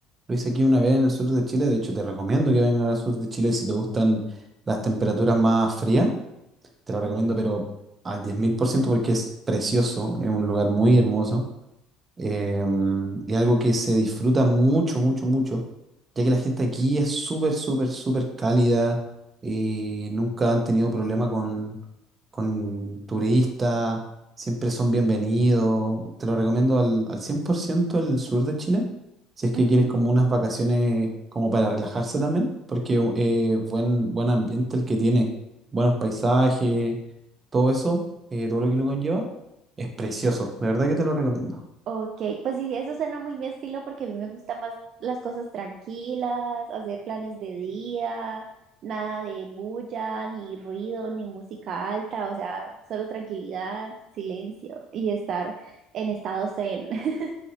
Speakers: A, on the right; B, on the right.
A: Lo hice aquí una vez en el sur de Chile. De hecho, te recomiendo que vengas al sur de Chile si te gustan las temperaturas más frías. Te lo recomiendo,
B: Sí.
A: pero al 10.000% porque es precioso. Es un lugar muy hermoso. Em, y algo que se disfruta mucho, mucho, mucho, ya que la gente aquí es súper, súper, súper cálida, eh, nunca han tenido problema con, con turistas, siempre son bienvenidos. Te lo recomiendo al, al 100% el sur de Chile, si es que
B: Ujú.
A: quieres como unas vacaciones como para relajarse también, porque eh, buen, buen ambiente el que tiene, buenos paisajes, todo eso, eh, todo lo que lo conlleva, es precioso, de verdad que te lo recomiendo.
B: Ok, pues sí, eso suena muy mi estilo porque a mí me gustan más las cosas tranquilas, hacer planes de día, nada de bulla, ni ruido, ni música alta, o sea, solo tranquilidad, silencio y estar en estado zen. <laughs>